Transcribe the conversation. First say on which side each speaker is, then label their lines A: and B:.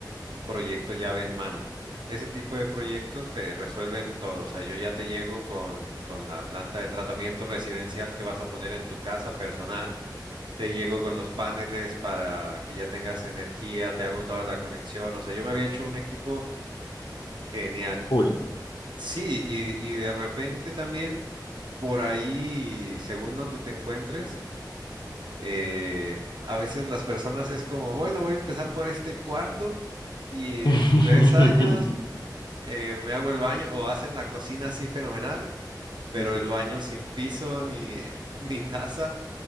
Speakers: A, on the right; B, on the left.
A: proyecto llave en mano. Ese tipo de proyectos te resuelven todo. O sea, yo ya te llego con, con la planta de tratamiento residencial que vas a poner en tu casa personal. Te llego con los paneles para que ya tengas energía, te hago toda la conexión. O sea, yo me había hecho un equipo genial.
B: full.
A: Sí, y, y de repente también por ahí, según donde te encuentres, eh, a veces las personas es como, bueno, voy a empezar por este cuarto y
B: <laughs>
A: en tres años eh, me hago el baño o hacen la cocina así fenomenal, pero
B: Sí.
A: el baño sin piso ni, <laughs> ni taza.